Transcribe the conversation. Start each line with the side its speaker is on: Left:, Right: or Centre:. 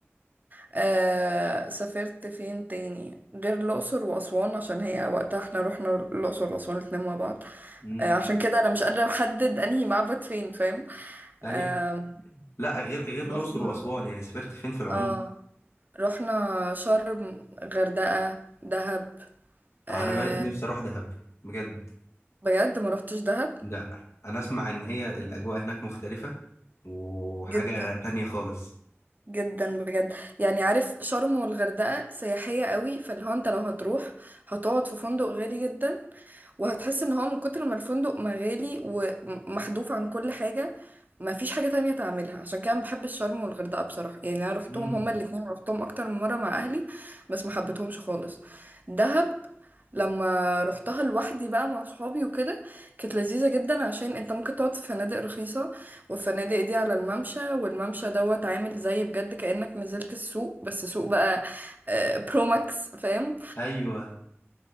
Right: آه سافرت فين تاني غير الأقصر وأسوان عشان هي وقتها احنا رحنا الأقصر وأسوان الاتنين مع بعض
Left: امم
Right: آه عشان كده أنا مش قادرة أحدد أنهي معبد فين فاهم
Left: ايوه
Right: آه
Left: لا غير غير
Right: رحنا
Left: الأقصر وأسوان يعني سافرت فين في العموم؟
Right: اه رحنا شرم غردقة دهب آه
Left: آه، انا بقى نفسي اروح دهب بجد
Right: بجد ما رحتش دهب
Left: لا انا اسمع ان هي الاجواء هناك مختلفة وحاجة
Right: جدا
Left: تانية خالص
Right: جدا بجد يعني عارف شرم والغردقة سياحية قوي فاللي هو انت لو هتروح هتقعد في فندق غالي جدا وهتحس ان هو من كتر ما الفندق مغالي ومحذوف عن كل حاجة ما فيش حاجة تانية تعملها عشان كده أنا بحب الشرم والغردقة بصراحة يعني انا روحتهم
Left: امم
Right: هما الاتنين روحتهم اكتر من مرة مع اهلي بس ما حبيتهمش خالص دهب لما روحتها لوحدي بقى مع صحابي وكده كانت لذيذة جدا عشان انت ممكن تقعد في فنادق رخيصة والفنادق دي على الممشى والممشى دوت عامل زي بجد كأنك نزلت السوق بس سوق بقى آه، برو ماكس فاهم
Left: ايوه